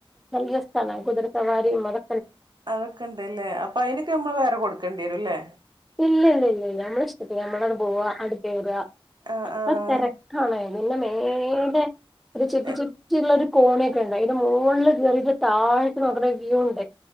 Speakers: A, in the centre; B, on the right.
A: നിയ സ്ഥല കുതിരസവാരീം അതൊ
B: അതൊക്കെ ഇണ്ട് ല്ലേ അപ്പൊ അയിനൊക്ക മ്മള് വേറെ കൊടുക്കണ്ടി വരുല്ലേ
A: ഇല്ലല്ലല്ലല്ല നമ്മള് ഞമ്മളത് പോവ അങ്ങട്ട് കേറാ
B: ആഹ്
A: അത്ര
B: ആഹ്
A: തെരക്കാണേ പിന്ന മേലേ ഒരു ച്ചുറ്റി
B: ആഹ്
A: ച്ചുറ്റിയുള്ള ഒരു കോണിയൊക്കെ ഉണ്ട്. അയിന്റെ മോള്ള് കേറീട്ട് താഴത്ത് നോക്കുന്ന വ്യൂ ഉണ്ട്.